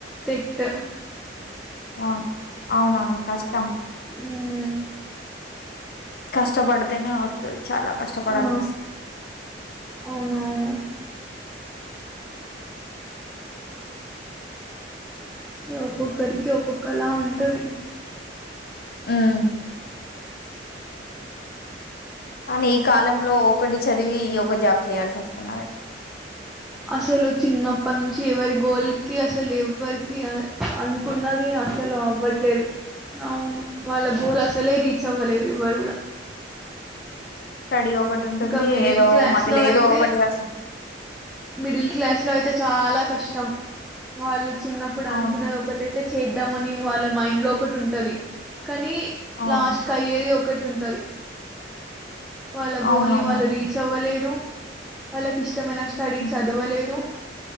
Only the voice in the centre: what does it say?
టెట్
మ్మ్
ఆ!
అవునవును. ఒక్కొక్కరికి ఒక్కొక్కలా ఉంటది
అసలు చిన్నప్పటి నుంచి ఎవరి గోల్కి అసలు ఎవరికి అ అం న్నది అసలు అవ్వట్లేదు అవును వాళ్ళ గోల్ సలే రీచ్ అవ్వలేరువ్వరు కూడా
ఇంకా మిడిల్
క్లాస్
లో అయితే
మిడిల్ క్లాస్ లో అయితే చాలా కష్టం వాళ్ళు చిన్నప్పుడు అనుకున్నది
ఒకటీ అయితే చేద్దామని వాళ్ళ మైండ్ లో ఒకటి ఉంటది కానీ
లాస్ట్ కి అయ్యేది ఒక కటి ఉంటది వాళ్ళ గోల్
ని వాళ్ళు రీచ్ అవ్వలే వాళ్ళకి ఇష్ట మైన స్టడీ
చదవలేరు